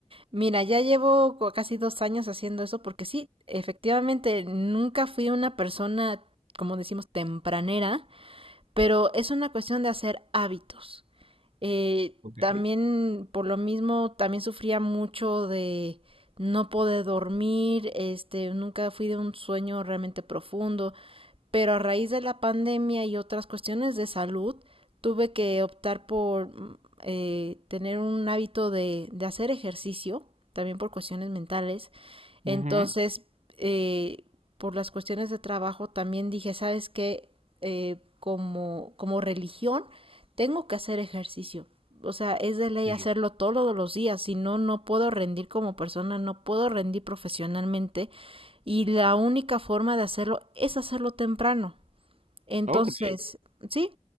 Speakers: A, on the right; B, on the right.
A: Mira, ya llevo co- casi dos años haciendo eso porque sí, efectivamente, nunca fui una persona, como decimos, tempranera, pero es una cuestión de hacer hábitos. Eh,
B: Ok.
A: también, por lo mismo, también sufría mucho de no poder dormir, este, nunca fui de un sueño realmente profundo pero a raíz de la pandemia y otras cuestiones de salud, tuve que optar por eh, tener un hábito de, de hacer ejercicio, también por cuestiones mentales, entonces,
B: Ujú.
A: eh, por las cuestiones de trabajo, también dije, ¿sabes qué? Eh, como, como religión, tengo que hacer ejercicio. O sea, es de ley
B: Sí.
A: hacerlo todos los días, si no, no puedo rendir como persona, no puedo rendir profesionalmente y la única forma de hacerlo es hacerlo temprano. Entonces,
B: Ok.
A: ¿sí?